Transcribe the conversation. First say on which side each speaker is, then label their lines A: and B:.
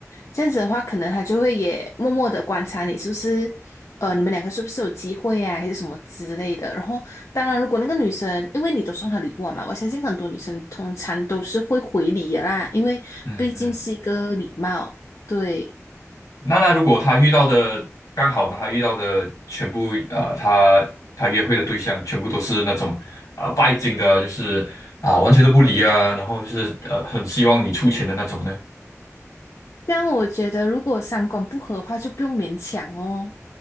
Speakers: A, on the left; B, on the left.
A: 这样子的话，可能她就会也默默的观察你是不是，呃，你们两个是不是有机会啊，还是什么之类的。然后当然，如果那个女生，因为你都送她礼物了嘛，我相信很多女生通常都是会回礼的啦，因为毕竟是一个礼貌。
B: 嗯嗯。
A: 对，
B: 那那如果他遇到的刚好呢，他遇到的全部啊、呃他他约会的对象全部都是那种啊、呃拜金的，就是啊、完全都不理啊，然后就是呃很希望你出钱的那种呢？
A: 这样我觉得，如果三观不合的话，就不用勉强哦，